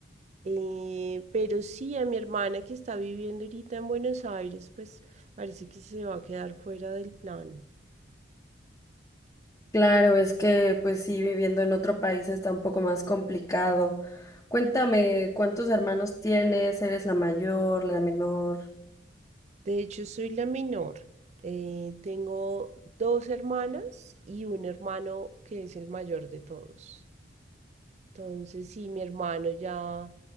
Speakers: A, on the right; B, on the left.
A: Eh, pero sí, a mi hermana que está viviendo ahorita en Buenos Aires, pues parece que se va a quedar fuera del plan.
B: Claro, es que pues sí, viviendo en otro país está un poco más complicado. Cuéntame, ¿cuántos hermanos tienes? ¿Eres la mayor, la menor?
A: De hecho, soy la menor. Eh, tengo dos hermanas y un hermano que es el mayor de todos. Entonces, sí, mi hermano ya